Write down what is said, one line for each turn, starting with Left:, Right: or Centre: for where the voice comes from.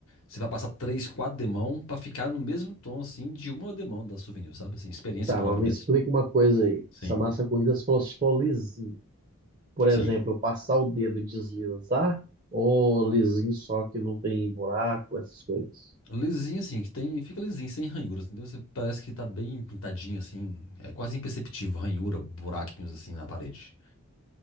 Left: você vai passar três, quatro demão pra ficar no mesmo tom, assim, de uma demão da souvenir, sabe? Assim, experiência
Right: Tá,
Left: própria
Right: mas me
Left: mesmo.
Right: explica uma coisa aí.
Left: Sim,
Right: Essa massa corrida se fosse for lisinho, por
Left: sim.
Right: exemplo, eu passar o dedo e deslizar, ou lisinho só que não tem buraco, essas coisas.
Left: Lisinho, assim, que tem, fica lisinho, sem ranhuras, entendeu? Você parece que tá bem pintadinho, assim. É quase imperceptível, ranhura, buraquinhos, assim, na parede.